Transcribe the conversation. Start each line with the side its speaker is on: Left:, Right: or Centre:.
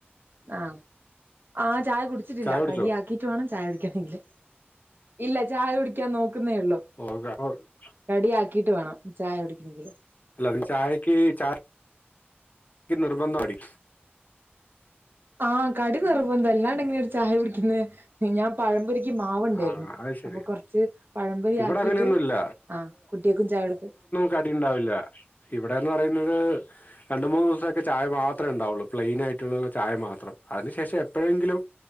Right: ആ ആ ചായ കുടിച്ചിട്ടില്ല
Left: ചായ കുടിച്ചോ
Right: കടിയാക്കി ട്ടുവേണം ചായ കുടിക്കനെങ്കില് ഇല്ല ചായ കുടിക്കാൻ നോക്കുന്നേള്ളൂ
Left: ഓഗ <unintelligible>
Right: കടിയാക്കിട്ട് വേണം ചായ കുടിക്കണെങ്കില്
Left: അല്ലനീ ചായക്ക് ചാ നിർബന്ധം മാകടി
Right: ആ കടി നിർബന്ധ അല്ലാണ്ട് എങ്ങനാ ഒരു ചായ കുടിക്കുന്ന ഞാൻ പഴംപൊ മാവുണ്ടായിരുന്നു
Left: ആ അത് ശരി
Right: അപ്പൊ കൊറച്ച് പഴംപൊരി
Left: ഇവിടെ
Right: ആക്കിട്ട്
Left: അങ്ങനെയൊന്നുമില്ല
Right: ആ കുട്ടിയക്കും ചായകൊടുത്തു
Left: കടിയുണ്ടാവില്ല ഇവിടെന്ന് പറയുന്നത് രണ്ട മൂന്ന് ദിവസായിട്ട് ചായ മാത്രെണ്ടാവുള്ളൂ പ്ലെയിനായിട്ടുള്ള ചായ മാത്രം അയിനു ശേഷം എപ്പഴെങ്കിലും